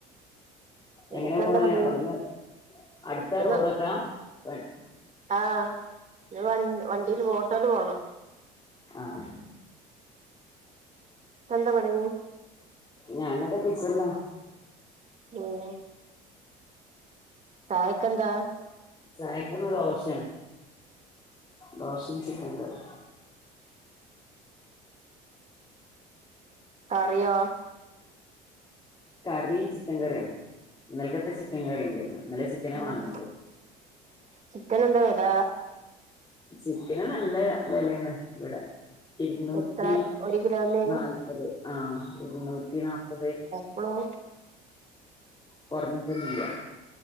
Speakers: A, on the right; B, on the left.
A: നിനക്കെന്താ
B: എങ്ങനെ പോണേ
A: പണി
B: അവിടുന്ന് അടുത്ത
A: ഇവിടുന്ന്
B: റോഡൊക്കാ വൺ
A: ആഹ് ഞാ വണ്ടില് ഓട്ടോല് പോണം
B: ആഹ്
A: എന്ത പടങ്ങി
B: ഞാനതാ കിച്ചല്ലാ
A: മ്മേ. ചായക്കന്താ?
B: ചായക്ന് ദോശണ് ദോശയും ചിക്കൻ കറി.
A: കറിയോ.
B: കറി ചിക്കൻ കറിയാണ് ഇന്നൽകത്തെ ചിക്കൻ കറി ഉണ്ടായിരുന്നു. ഇന്നലെ ചിക്കന
A: ഉം
B: വാങ്ങിച്ചേ.
A: ചിക്കൻ എന്താ വില
B: ചിക്കന് നല്ല വെലയാണ് ഇവടെ ഇരുന്നൂറ്റി
A: എത്ര ഒരു കിലോന്
B: നാല്പത് ആ ഇരുന്നൂറ്റി നാല്പത്
A: പ്പളോ
B: കൊറഞ്ഞിട്ടന്നില്ല